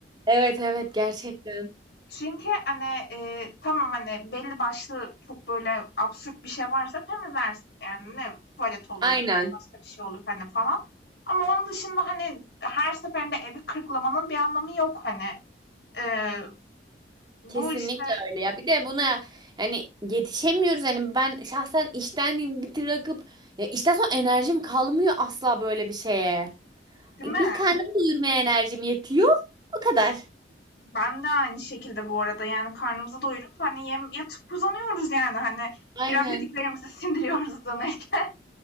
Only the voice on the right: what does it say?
Evet evet gerçekten.
Aynen.
Kesinlikle
öyle ya. Bir de buna yani yetişemiyoruz. Hani ben şahsen işten bırakıp ya işten sonra enerjim kalmıyor asla böyle bir şeye.
Bir
karnım doyurmaya enerjim yetiyor. O kadar.
Aynen.